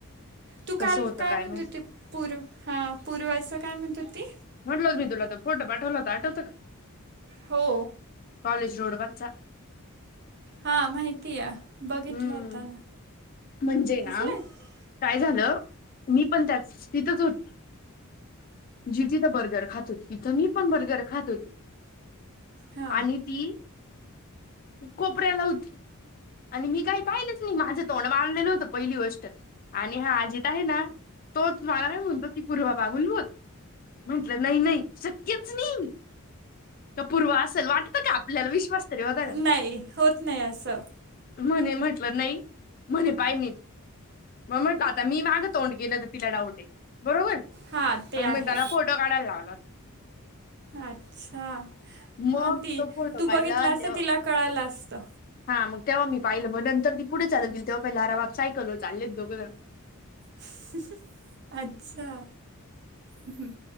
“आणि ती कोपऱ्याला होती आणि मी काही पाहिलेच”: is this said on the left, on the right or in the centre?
Left